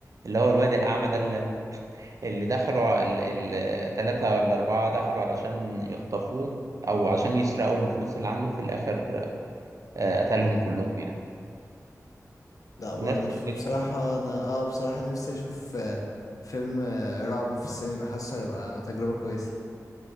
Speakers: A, on the right (about 60°); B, on the left (about 70°).
A: اللي هو الواد الأعمى ده اللي دخلوا الثلاثة ولا أربعة دخلوا علشان يخطفوه أو عشان يسرقوا الفلوس اللي عنده في الآخر آه، قتلهم
B: مم.
A: كلهم يعني
B: لا برضه
A: نفس
B: مش
A: الفكرة
B: بصراحة أنا اه بصراحة نفسي أشوف آه، فيلم آه، رعب في السينما حاسه هيبقى تجربة كويسة